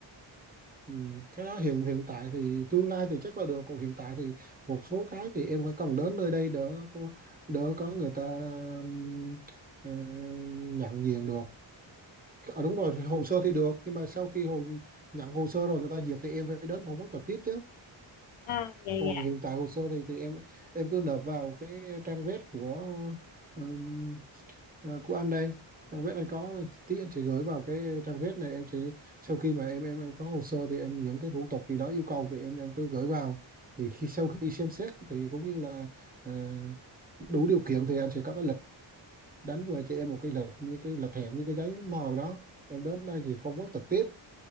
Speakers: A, on the right; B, on the left.
A: Ừ, cái đó hiện hiện tại thì tương lai thì chắc là được còn hiện tại thì một số cái thì em phải cần đến nơi đây đỡ có đỡ có người ta ừm, ờ, nhận diện được Ờ đúng rồi hồ sơ thì được nhưng mà sau khi hồ nhận hồ sơ rồi người ta duyệt thì em phải đến phỏng vấn trực tiếp chứ
B: À, dạ
A: còn
B: dạ.
A: hiện tại hồ sơ thì thì em em cứ nộp vào cái trang web của ừm, ờ, của anh đây trang web anh có tí anh sẽ gửi vào cái trang web này em sẽ sau khi mà em em em có hồ sơ thì em những cái thủ tục gì đó yêu cầu thì em em cứ gửi vào thì khi sau khi xem xét thì cũng như là ờ, đủ điều kiện thì anh sẽ có cái lịch đánh về cho em một cái lịch như cái lịch hẹn như cái giấy mời đó em đến đây thì phỏng vấn trực tiếp